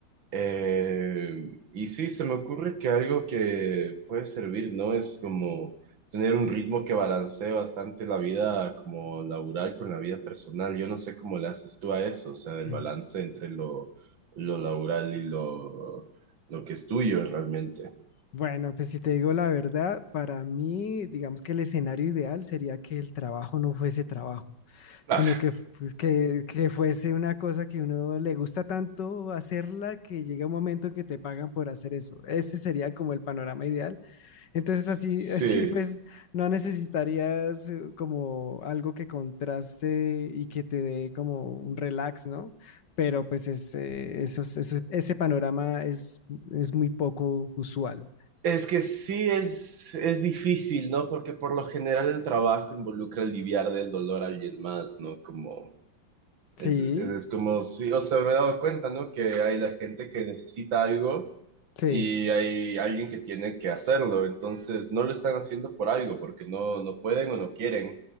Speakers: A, on the right; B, on the left.
A: Eh, y sí, se me ocurre que algo que puede servir, ¿no? Es como tener un ritmo que balancee bastante la vida como laboral con la vida personal. Yo no sé cómo le haces tú a eso, o sea, el
B: <laughs>
A: balance entre lo, lo laboral y lo, lo que es tuyo realmente.
B: Bueno, pues si te digo la verdad, para mí, digamos que el escenario ideal sería que el trabajo no fuese trabajo,
A: Claro.
B: sino que, pues, que, que fuese una cosa que uno le gusta tanto hacerla que llega un momento en que te pagan por hacer eso. Ese sería como el panorama ideal. Entonces así,
A: Sí.
B: <laughs> así pues no necesitarías eh, como algo que contraste y que te dé como un relax, ¿no? Pero pues es, eh, esos- esos- ese panorama es, es muy poco usual.
A: Es que sí es, es difícil, ¿no? Porque por lo general el trabajo involucra aliviar del dolor a alguien más, ¿no? Como Es,
B: Sí,
A: es, es como, si o sea, me he dado cuenta, ¿no? Que hay la gente que necesita algo
B: sí,
A: y hay alguien que tiene que hacerlo, entonces no lo están haciendo por algo, porque no, no pueden o no quieren.